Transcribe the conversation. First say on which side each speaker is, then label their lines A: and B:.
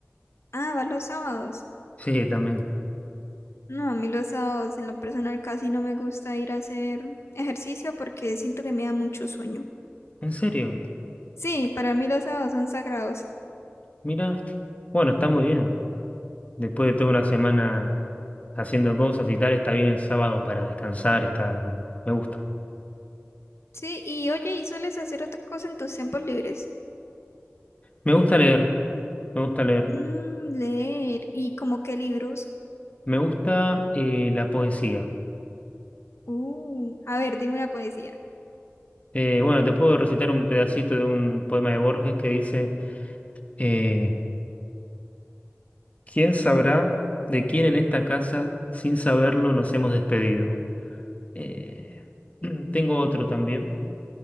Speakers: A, on the left; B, on the left.
A: Ah, va los sábados.
B: Sí, también.
A: No, a mí los sábados en lo personal casi no me gusta ir a hacer ejercicio porque siento que me da mucho sueño.
B: ¿En serio?
A: Sí, para mí los sábados son sagrados.
B: Mira, bueno, está muy bien. Después de toda una semana haciendo cosas y tal, está bien el sábado para descansar, está... Me gusta.
A: Sí, y oye, ¿y sueles hacer otra cosa en tus tiempos libres?
B: Me gusta leer, me gusta leer.
A: Mm, leer. ¿Y como qué libros?
B: Me gusta eh, la poesía.
A: Uh, a ver, dime una poesía.
B: Eh, bueno, te puedo recitar un pedacito de un poema de Borges que dice... eh, ¿Quién sabrá de quién en esta casa, sin saberlo, nos hemos despedido? Eh, <clears throat> tengo otro también,